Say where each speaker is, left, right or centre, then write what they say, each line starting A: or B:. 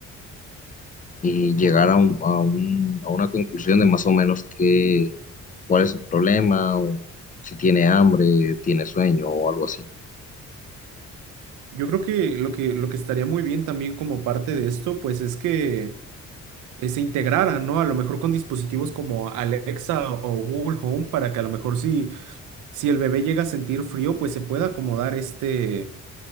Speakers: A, on the left (about 25°); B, on the right (about 85°).
A: y llegar a, un- a, un- a una conclusión de más o menos qué, cuál es su problema o si tiene hambre, tiene sueño o algo así.
B: Yo creo que lo que, lo que estaría muy bien también como parte de esto, pues es que eh, se integraran, ¿no? A lo mejor con dispositivos como Alexa o o Google Home para que a lo mejor si, si el bebé llega a sentir frío, pues se pueda acomodar este,